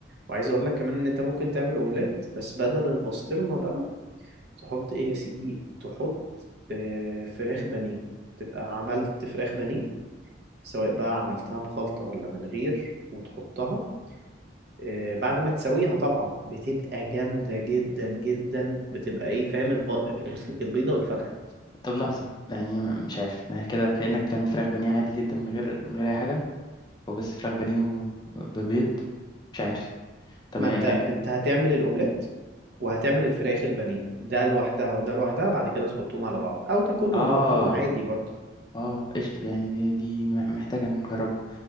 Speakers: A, on the right; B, on the left.
A: وعايز اقول لك كمان ان انت ممكن تعمل اومليت بس بدل البسطرمة بقى تحط ايه يا سيدي تحط آه، فراخ بانيه تبقى عملت فراخ بانيه سواء بقى عملتها بخلطة ولا من غير وتحطها آه، بعد ما تسويها طبعا بتبقى جامدة جدا جدا بتبقى ايه فاهم الب... <laughs> البيضة والفرخة
B: طب لحظه يعني م- مش عارف ما هي كده كانك بتعمل فراخ بانيه عادي جدا من غير من غير اي حاجه هو بس فراخ بانيه وبيض مش عارف طب
A: ما
B: ما
A: انت
B: ما-
A: انت هتعمل الاومليت وهتعمل الفراخ البانيه ده لوحدها وده لوحدها بعد كده تحطهم على بعض او تاكلهم
B: اه
A: لوحدهم عادي برضه
B: اه قشطه يعني دي دي محتاجه نجربها